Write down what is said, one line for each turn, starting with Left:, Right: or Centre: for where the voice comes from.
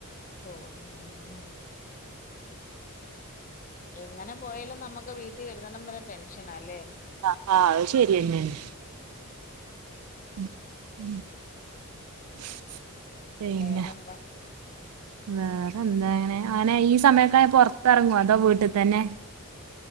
Left: ഓ മ് മ് മ് എങ്ങനെ പോയാലും നമ്മുക്ക് വീട്ടി വരുന്നോണം വരെ ടെൻഷനാല്ലേ
Right: ആ ആ അത് ശെരിയെന്നേണ് <inaudible> പിന്നെ
Left: വേറെന്താ
Right: വേറെന്താങ്ങിനെ അങ്ങനെ ഈ സമയൊക്കെ പൊറത്തെർങൊ അതോ വീട്ട് തന്നെ